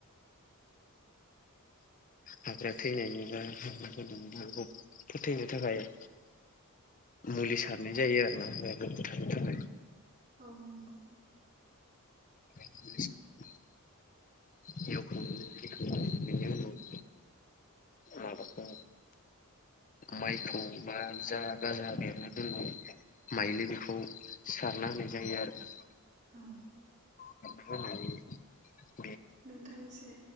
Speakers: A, on the left; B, on the right.
A: <inaudible> <unintelligible> <unintelligible> मुलि सारनाय जायो आरो ना बेखौ बुथारनो थाखाय।
B: औ नंगौ
A: <inaudible> <inaudible> माबाखौ माइखौ बा जा गाजा बेरनो दोनो माइलि बेखौ सारना होनाय जायो आरो
B: औ
A: <inaudible>
B: नोंथां एसे